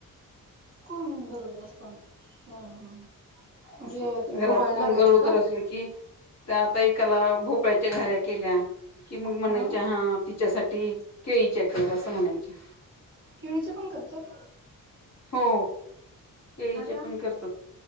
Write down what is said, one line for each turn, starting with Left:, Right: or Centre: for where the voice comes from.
Right: कोण गरोदर असताना हम ह म्हणजे
Left: असं घरात
Right: डोहाळे
Left: कोण
Right: लागायचे
Left: गरोदर
Right: का?
Left: असले की त्या आता एक कला भोपळ म्हणजे घारया केल्या कि
Right: ह
Left: त्यासाठी केळीक असं म्हणायच्या
Right: केळीचे पण करतात
Left: हो केळीच्या
Right: अरे वा
Left: पण करतात